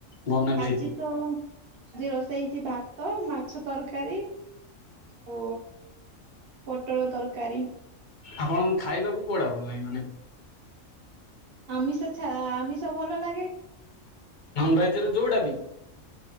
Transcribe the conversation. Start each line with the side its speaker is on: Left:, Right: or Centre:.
Left: ବନା ଯାଇଛି
Right: ଆଜି ତ ଆଜି ରୋଷେଇ ହେଇଛି ଭାତ ମାଛ ତରକାରୀ ଆଉ ପୋଟଳ ତରକାରୀ
Left: ଆପଣ ଖାଇବାକୁ କୋଉଟା ଭଲ ଲାଗେ ମାନେ?
Right: ଆମିଷଛ ଆମିଷ ଭଲ ଲାଗେ
Left: ନନ ଭେଜ ର ଯୋଉଟା ବି?